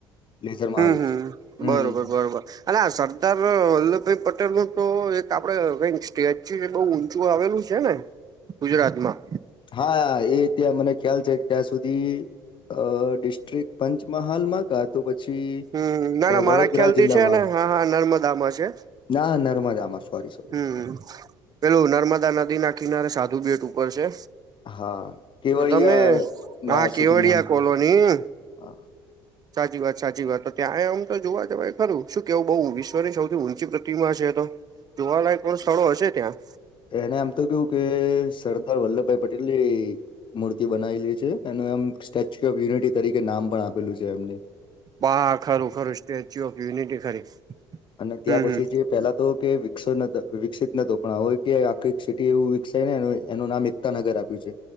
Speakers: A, on the left; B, on the right.
A: લેઝરમાં
B: હમ
A: આવે
B: હમ
A: છે હમ
B: બરોબર બરોબર. અનેઆ સરદાર વલ્લભભાઈ પટેલ નું તો એક આપડે કઈક સ્ટેચ્યુ બઉ ચું આવેલું છે ને ગુજરાત માં.
A: હા એ ત્યાં મને ખ્યાલ છે ત્યાં સુધી અ ડિસ્ટ્રિક્ટ પંચમહાલમાંગા તો પછી
B: હમ ના ના
A: વડોદરા
B: મારા ખ્યાલ થી
A: જિલ્લામાં.
B: છે ને હા હા નર્મદામાં છે
A: ના નર્મદામાં. સોરી સોરી
B: હમ
A: નર્મદામાં
B: પેલું નર્મદા નદી ના કિનારે સાધુ બેટ ઉપર છે.
A: હા કેવડિયા
B: તો તમે હા
A: ના
B: કેવડિયા
A: સિટી નામ છે
B: કોલોની.
A: હા
B: સાચી વાત સાચી વાત તો ત્યાં આમ તો જોવા જવાય ખરું શું કેવું બહુ વિશ્વની સૌથી ઊંચી પ્રતિમા છે તો. જોવાલાયક કો સ્થળો હશે ત્યાં
A: તેને આમ તો કેવું કે સરદાર વલ્લભભાઈ પટેલ ની મૂર્તિ બનાવેલી છે. એનું એમ સ્ટેચ્યુ ઓફ યુનિટી તરીકે નામ પણ આપેલું છે એમને.
B: બા ખરું ખરું સ્ટેચ્યુ ઓફ યુનિટી ખરી.
A: અને ત્યાં
B: હમ
A: પછી
B: હમ
A: જે પેલા તો કે વિકસો નતા વિકસિત નતો પણ હવે કે આખી સિટી એવું વિકસાય ને એનું નામ એક કતા નગર આપ્યું છે.